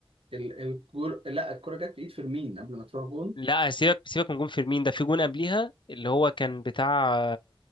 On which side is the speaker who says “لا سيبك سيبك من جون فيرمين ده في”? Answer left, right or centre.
Left